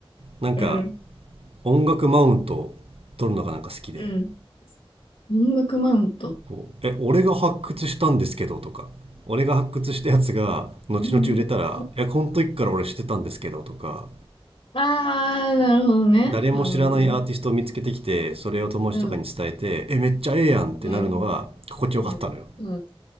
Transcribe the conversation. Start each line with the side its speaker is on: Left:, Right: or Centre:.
Right: なんか
Left: うん。
Right: 音楽マウント取るのがなんか好きで
Left: うん。音楽マウント。
Right: こうえ俺が発掘したんですけど」とか「俺が発掘したやつが後々売れたらえこの時から俺知ってたんですけど」とか
Left: うん。あー、なるほどね。
Right: 誰も知らないアーティストを見つけてきてそれを友達とかに伝えて「えめっちゃええやん」ってなるのが心地よかったのよ。
Left: うん、うん、うん、うん、うん、うん、